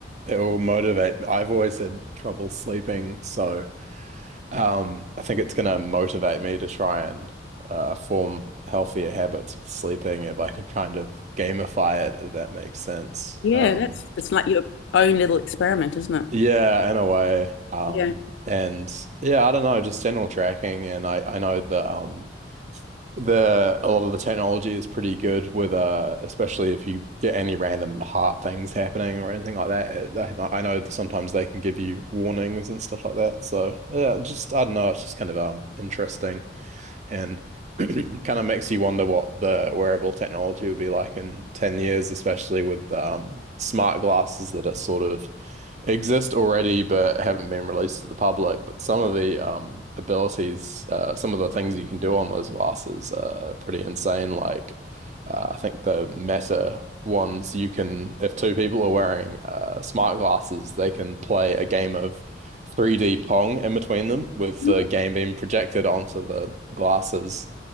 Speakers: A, on the right (about 40°); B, on the left (about 85°).
A: it will motivate. I've always had trouble sleeping, so. Um, I think it's going to motivate me to try and uh, form healthier habits with sleeping if I can kind of gamify it, if that makes sense.
B: Yeah,
A: Um,
B: that's that's like your own little experiment, isn't it?
A: yeah, in a way. Um,
B: Yeah.
A: and yeah, I don't know, just general tracking. And I, I know that um, the a lot of the technology is pretty good with uh, especially if you get any random heart things happening or anything like that. It, they- I know that sometimes they can give you warnings and stuff like that. So yeah, just I don't know, it's just kind of um interesting. and <clears throat> kind of makes you wonder what the wearable technology will be like in 10 years, especially with um, smart glasses that are sort of exist already but haven't been released to the public. But some of the um abilities, uh, some of the things you can do on those glasses are pretty insane. Like uh, I think the Meta ones, you can if two people are wearing uh smart glasses, they can play a game of 3D Pong in between them with
B: No
A: the game being projected onto the glasses.